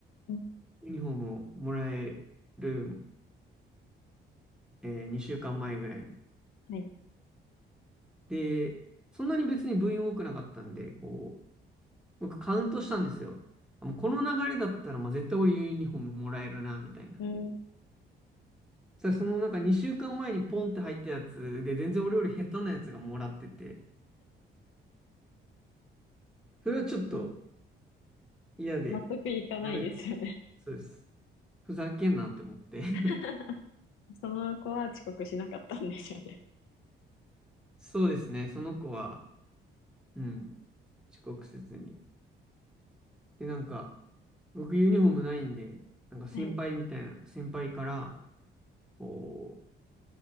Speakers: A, on the left; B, in the centre.
A: うん
B: ユニフォームをもらえる、えー、2週間前ぐらいに。
A: はい。
B: で、そんなに別に部員多くなかったんで、こう、僕カウントしたんですよ。もうこの流れだったら、まあ、絶対俺ユニフォームもらえるな、みたいな。
A: う
B: そしたらそのなんか2週間前にポンって入ったやつで、全然俺より下手なやつがもらってて、それはちょっと
A: ん。
B: 嫌で、
A: 納得いかないですよね。
B: やめ、そうです。ふざけんなって思って
A: <laughs>
B: <laughs>
A: その子は遅刻しなかったんでしょうね。
B: そうですね、その子は、うん、遅刻せずに。で、なんか、僕ユニフォームないんで、なんか先輩みたいな、
A: <laughs> はい。
B: 先輩から、こう、